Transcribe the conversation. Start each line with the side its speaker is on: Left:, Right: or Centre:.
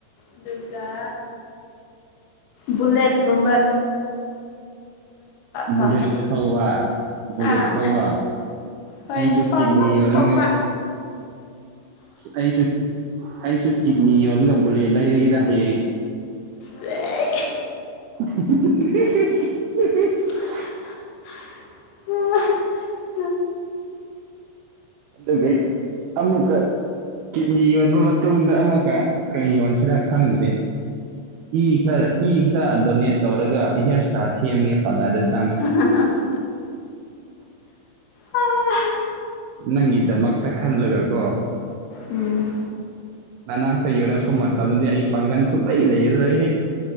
Left: ꯑꯗꯨꯒ ꯕꯨꯂꯦꯠꯀꯨꯝꯕ ꯄꯥꯝꯃꯦ
Right: ꯕꯨꯂꯦꯠ
Left: ꯑꯩꯗꯤ
Right: ꯊꯧꯋꯥ ꯕꯨꯂꯦꯠ
Left: ꯑꯥ
Right: ꯊꯧꯋꯥ
Left: ꯍꯣꯏ
Right: ꯑꯩꯁꯨ
Left: ꯅꯨꯄꯥ
Right: ꯀꯤꯠꯅꯤ
Left: ꯌꯥꯝ
Right: ꯌꯥꯎꯔ
Left: ꯊꯣꯛꯄ
Right: ꯑꯩꯁꯨ ꯑꯩꯁꯨ ꯀꯤꯠꯅꯤ ꯌꯣꯜꯂꯒ ꯕꯨꯂꯦꯠ ꯂꯩꯔꯒꯦꯗ ꯍꯌꯦꯡ
Left: ꯑꯦ
Right: <inaudible>
Left: ꯑꯣ
Right: ꯑꯗꯨ ꯑꯃꯃꯨꯀ ꯀꯤꯠꯅꯤ ꯌꯣꯟꯕ ꯃꯇꯨꯡꯗ ꯑꯃꯨꯛꯀ ꯀꯔꯤ ꯌꯣꯟꯁꯤꯔꯥ ꯈꯪꯒꯅꯤ ꯏ ꯈꯔ ꯏ ꯈꯔ ꯗꯣꯅꯦꯠ ꯇꯧꯔꯒ ꯍꯤꯌꯥꯔ ꯏꯁꯇꯥꯏꯜ ꯁꯦꯝꯒꯦ ꯄꯥꯔꯂꯔꯗꯁꯨ
Left: <unintelligible> ꯑ
Right: ꯅꯪꯒꯤꯗꯃꯛꯇ ꯈꯜꯂꯒ ꯀꯣ
Left: ꯎꯝ
Right: ꯅꯅꯥꯛꯇ ꯌꯧꯔꯛꯄ ꯃꯇꯝꯗꯗꯤ ꯑꯩ ꯄꯥꯡꯒꯜ ꯁꯨꯡꯛꯂꯩ ꯂꯩꯔꯔꯣꯏ